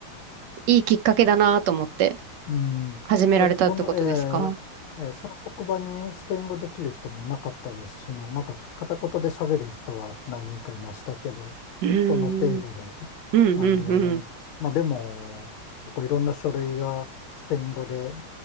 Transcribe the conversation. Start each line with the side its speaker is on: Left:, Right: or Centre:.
Right: いいきっかけだなと思って
Left: うん、いや、
Right: 始められたってことですか
Left: その、えーえーその職場にスペイン語できる人もいなかったですしね、なんか片言で喋る人は何人かいましたけど、
Right: うーん、
Left: その程度で、
Right: うん、
Left: あのーまあ、
Right: うん、うん。
Left: でも、結構いろんな書類がスペイン語で、